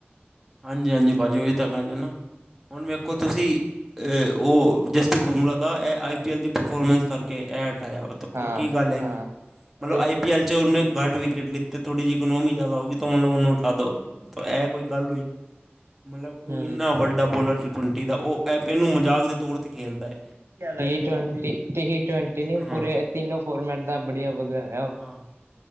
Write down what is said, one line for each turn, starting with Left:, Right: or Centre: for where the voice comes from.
Centre: ਹਾਂਜੀ-ਹਾਂਜੀ ਪਾਜੀ ਓ ਤਾਂ ਗੱਲ ਏ ਨਾ, ਹੁਣ ਵੇਖੋ ਤੁਸੀਂ ਏ ਓ ਜਸਪ੍ਰੀਤ ਬੁਮਰਾ ਦਾ ਆਈ ਪੀ ਐੱਲ ਦੀ ਪਰਫੋਰਮੈਂਸ ਕਰਕੇ ਐ ਹਟਾਯਾ- ਤੱਕੋ
Right: ਹਾਂ-ਹਾਂ
Centre: ਕੀ ਗੱਲ ਹੈਗੀ? ਮਤਲਬ
Right: ਤੇ
Centre: ਆਈ ਪੀ ਐਲ ਚ ਓਨੇ ਘੱਟ ਵਿਕਟ ਲਿੱਤੇ ਥੋੜ੍ਹੀ ਇੱਕਨੋਮੀ ਜ਼ਿਆਦਾ ਹੋ ਗਈ ਮਤਲਬ ਓਨੂੰ ਹਟਾ ਦੋ। ਤਾਂ ਐ ਕੋਈ ਗੱਲ ਹੋਈ ਮਤਲਬ ਓ
Right: ਹੂੰ
Centre: ਏਨਾ ਵੱਡਾ ਬੋਲਰ ਟੀ-ਟਵੰਟੀ ਦਾ ਓ ਆਈ ਪੀ ਐੱਲ ਨੂੰ ਮਜ਼ਾਕ ਦੇ ਤੌਰ ਤੇ ਖੇਲਦਾ ਏ।
Right: ਟੀ-ਟਵੰਟੀ, ਟੀ-ਟਵੰਟੀ ਨੀ
Centre: ਹਾਂ
Right: ਪੂਰੇ ਤਿੰਨੋ ਫੋਰਮੈਟ ਦਾ ਬੜੀਆ ਵਧਆ ਓ
Centre: ਹਾਂ